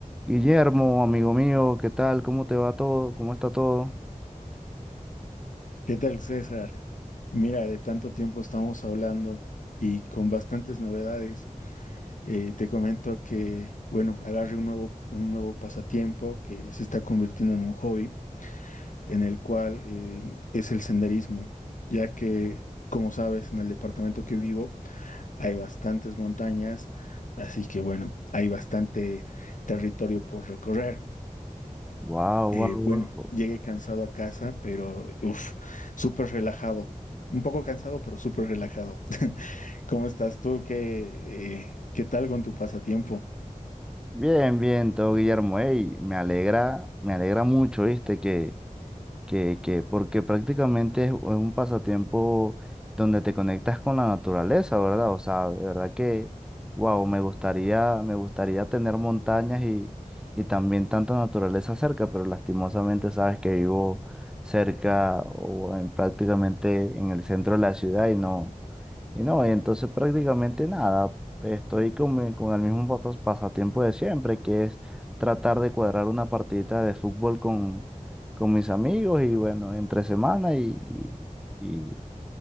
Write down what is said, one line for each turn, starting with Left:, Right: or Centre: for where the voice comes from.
Centre: Guillermo, amigo mío, ¿qué tal? ¿Cómo te va todo? ¿Cómo está todo?
Left: ¿Qué tal, César? Mira, de tanto tiempo estamos hablando y con bastantes novedades. Eh, te comento que, bueno, agarré un nuevo, un nuevo pasatiempo que se está convirtiendo en un hobby, en el cual eh, es el senderismo, ya que, como sabes, en el departamento que vivo hay bastantes montañas, así que, bueno, hay bastante territorio por recorrer.
Centre: Wow,
Left: Eh,
Centre: wow,
Left: bueno,
Centre: wow.
Left: llegué cansado a casa, pero uff, súper relajado. Un poco cansado, pero súper relajado. <laughs> ¿Cómo estás tú? ¿Qué, eh, qué tal con tu pasatiempo?
Centre: Bien, bien, todo, Guillermo. Ey, me alegra, me alegra mucho, ¿viste? Que, que, que, porque prácticamente es, es un pasatiempo donde te conectas con la naturaleza, ¿verdad? O sea, de verdad que, wow, me gustaría, me gustaría tener montañas y, y también tanta naturaleza cerca, pero lastimosamente sabes que vivo cerca o en, prácticamente en el centro de la ciudad y no. Y no, y entonces prácticamente nada, estoy con, mi- con el mismo pas- pasatiempo de siempre, que es tratar de cuadrar una partidita de fútbol con, con mis amigos y bueno, entre semana y, y, y-